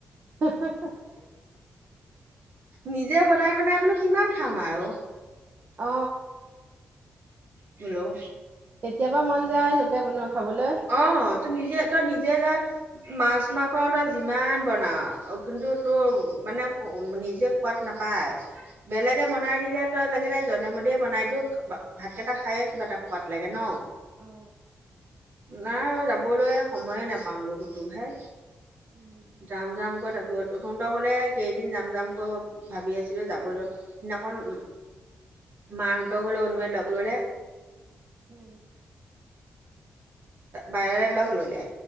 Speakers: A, on the right; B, on the right.
A: হী হী হী <unintelligible>
B: নিজে বনাই বনাই বোলো কিমান খাম আৰু
A: অ
B: হেল্ল'
A: কেতিয়াবা মন যায় লোকে বনোৱা খাবলৈ।
B: অ তোৰ নিজে তই নিজে যা মাছ মাংস তই যিমান বনাও কিন্তু তোৰ মানে নিজে সোৱাদ না বেলেগে বনাই দিলে তই লাগিলে যধে মধে বনাই দি ভাতকেইটা খায়ে কিবা সোৱাত লাগে ন
A: অ
B: নাই যাবলৈ সময়ে নাপাওঁগৈ কতো ভাই
A: উম
B: যাম যাম কৈ থাকো তহঁতৰ ঘৰলে কেইদিন যাম যাম কৈ ভাবি আছিলো যাবলৈ সেইদিনাখন মাহঁতৰ ঘৰলে অনোৱে লগ ললে
A: উম
B: বাইৰে লগ ললে